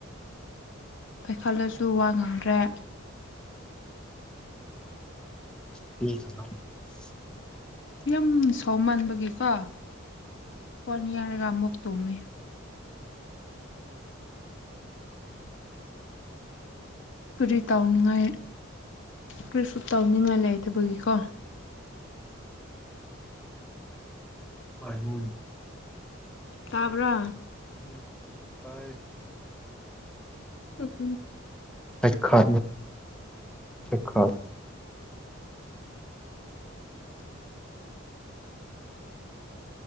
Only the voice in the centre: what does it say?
<inaudible>
ꯇꯥꯏ ꯃ
ꯊ ꯈꯥ ꯈ